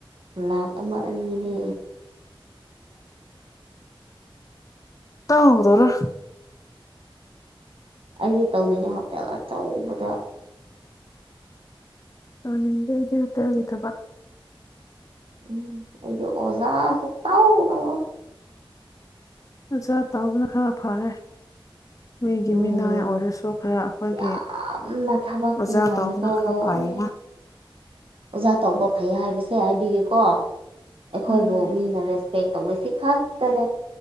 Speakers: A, on the right; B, on the left.
A: ꯂꯥꯈ ꯑꯃ ꯑꯅꯤꯅꯦ
B: ꯇꯥꯎꯗ‌ꯣꯔ‌ꯦ
A: ꯑꯩꯗꯤ ꯇꯧꯅꯤꯡꯉꯤ ꯍꯣꯇꯦꯜ ꯑꯆꯧꯕꯗ
B: ꯇꯧꯅꯤꯡꯗꯦ ꯑꯩꯗꯤ ꯍꯣꯇꯦꯜꯒꯤ ꯊꯕꯛ
A: ꯎꯝ ꯑꯩꯗꯨ ꯑꯣꯖꯥ ꯁꯛꯇꯧ ꯇꯧꯔ‌ꯣꯏ
B: ꯃꯆꯥ ꯇꯧꯕꯅ ꯈꯔ ꯐꯔꯦ ꯃꯤꯒꯤ
A: ꯎꯝ
B: ꯃꯤꯅꯥꯏ ꯑꯣꯏꯔꯁꯨ ꯈꯔ ꯑꯩꯈꯣꯏꯒꯤ
A: ꯌꯥꯝꯅ ꯊꯕꯛ
B: ꯑꯣꯖꯥ
A: ꯌꯥꯝꯃꯦꯀꯣ
B: ꯇꯧꯕꯅ ꯈꯔ ꯐꯩꯌꯦꯅ
A: ꯑꯦ ꯑꯣꯖꯥ ꯇꯧꯕ ꯐꯩ ꯍꯥꯏꯕꯁꯦ ꯍꯥꯏꯕꯤꯒꯦꯀꯣ ꯑꯩꯈꯣꯏꯕꯨ
B: ꯎꯝ
A: ꯃꯤꯅ ꯔꯦꯁ ꯄꯦꯛ ꯇꯧꯋꯦ ꯁꯤ ꯈꯛꯇꯅꯦ